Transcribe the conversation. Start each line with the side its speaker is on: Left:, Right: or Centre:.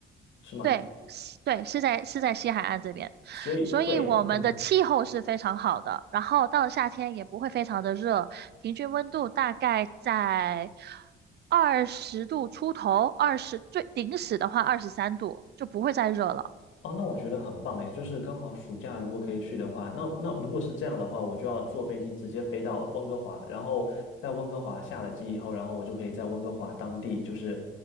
Left: 是吗？
Right: 对，是对，是在是在西海岸这边，
Left: 所以对，
Right: 所以我们的气候是非常好的，
Left: 嗯。
Right: 然后到了夏天也不会非常的热，平均温度大概在二十度出头，二十最顶死的话二十三度，就不会再热了。
Left: 哦，那我觉得很棒诶，就是刚好暑假如果可以去的话，那那如果是这样的话，我就要坐飞机直接飞到温哥华，然后在温哥华下了机以后，然后我就可以在温哥华当地，就是